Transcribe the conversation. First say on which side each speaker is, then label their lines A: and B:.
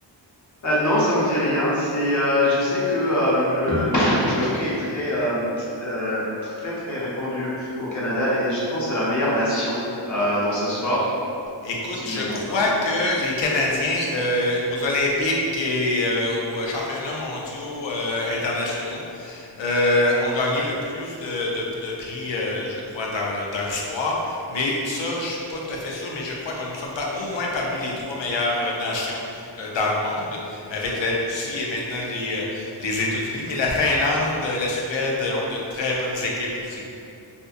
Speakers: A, on the left; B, on the left.
A: Heu, non, ça me dit rien. C'est, heu, je sais que, hem, le donc le hockey est très, hem, tr heu, tr très, très répandu au Canada et je pense que c'est la meilleure nation, heu, dans ce sport,
B: Écoute,
A: si je
B: je
A: me
B: crois
A: trompe pas.
B: que les Canadiens euh, aux Olympiques et euh, aux euh, championnats mondiaux euh, internationaux euh, ont gagné le plus de, de, de prix, euh, je crois, dans le, dans l'histoire. Mais ça, je suis pas tout à fait sûr, mais je crois qu'on nous sommes par- au moins parmi les trois meilleures euh, nations euh, dans le monde, avec la Russie et maintenant les, euh, les États-Unis. Mais la Finlande, euh, la Suède euh, ont de très bonnes équipes aussi.